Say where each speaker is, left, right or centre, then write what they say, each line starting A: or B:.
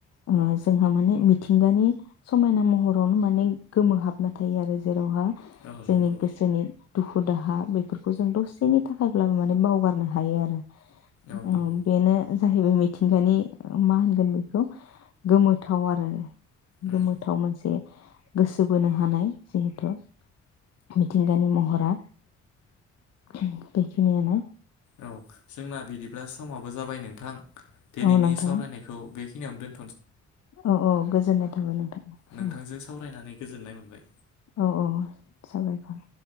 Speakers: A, on the left; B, on the left.
A: ओ जोंहा माने मिथिंगानि समायना महरावनो माने गोमोहाबना थायो आरो जेरावहा
B: औ
A: जोंनि
B: नंगौ
A: गोसोनि दुखु दाहा बे फोरखौ जों दसेनि थाखायब्लाबो माने बावगारनो हायो आरो
B: औ नंगौ
A: ओम बेनो जाहैबाय मि थिंगानि ओ मा होनगोन बेखौ गोमोथाव आरो
B: उम
A: गोमोथाव मोनसे गोसो बोनो हानाय जिहेथु मिथिंगानि महरा बेखिनियानो
B: औ जोंना बिदिब्ला समाबो जाबाय नोंथां। दिनैनि
A: औ नोंथां
B: सावरायनायखौ बेखि खिनियाव दोन
A: औ औ गोजोननाय थाबाय नोंथां।
B: नोंथांजों सावरायनानै गोजोननाय मोनबाय।
A: औ औ साबायखर